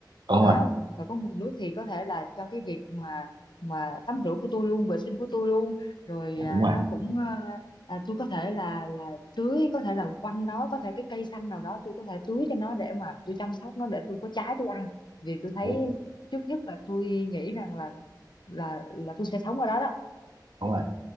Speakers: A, on the right; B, on the left.
A: đúng
B: đó
A: rồi
B: và có nguồn nước thì có thể là cho cái việc mà mà tắm rửa của tôi luôn vệ sinh của tôi luôn rồi
A: đúng
B: à,
A: rồi
B: nó cũng à, à, tôi có thể là là tưới có thể là quanh đó có thể cái cây xanh nào đó tôi có thể tưới cho nó để mà tôi chăm sóc nó để tôi có trái tôi ăn vì tôi thấy
A: đúng,
B: trước nhất là tôi nghĩ rằng là là là tôi sẽ sống ở đó đó
A: đúng rồi